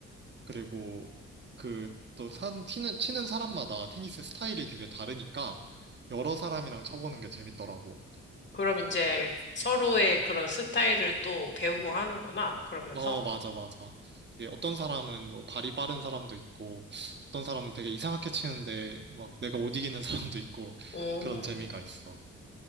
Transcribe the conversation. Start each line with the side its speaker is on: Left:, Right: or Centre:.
Right: 그리고 그 또 산, 치는, 치는 사람마다 테니스 스타일이 되게 다르니까, 여러 사람이랑 쳐보는 게 재밌더라고.
Left: 그럼 이제 서로의 그런 스타일을 또 배우고 하는구나. 그러면서.
Right: 어, 맞아, 맞아. 되게 어떤 사람은 뭐 발이 빠른 사람도 있고, 어떤 사람은 되게 이상하게 치는데, 막 내가 못 이기는 <laughs> 사람도 있고,
Left: 음,
Right: 그런 재미가 있어.